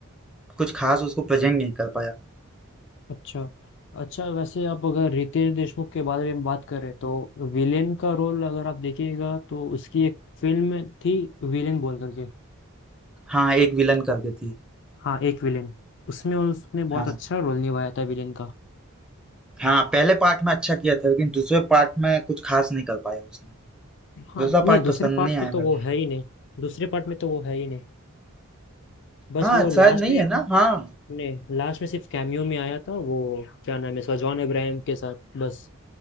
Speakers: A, in the centre; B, on the left (about 55°).
A: कुछ खास उसको प्रेजेंट नहीं कर पाया
B: अच्छा अच्छा वैसे आप अगर रितेश देशमुख के बारे में बात करें तो विलेन का रोल अगर आप देखिएगा तो उसकी एक फिल्म थी विलेन बोल करके
A: हाँ एक विलन करके थी
B: हाँ एक विलेन उसमें उसने बहुत
A: हाँ
B: अच्छा रोल निभाया था विलेन का
A: हाँ, पहले पार्ट में अच्छा किया था लेकिन दूसरे पार्ट में कुछ खास नहीं कर पाया उसने।
B: हाँ
A: दूसरा
B: नहीं
A: पार्ट
B: दूसरे
A: पसंद
B: पार्ट
A: नहीं आया
B: में तो
A: मेरे
B: वो है
A: को।
B: ही नहीं दूसरे पार्ट में तो वो है ही नहीं बस
A: हाँ,
B: वो लास्ट
A: शायद नहीं
B: में
A: है ना? हाँ।
B: नहीं लास्ट में सिर्फ कैमियो में आया था वो क्या नाम है इसका जॉन अब्राहम के साथ बस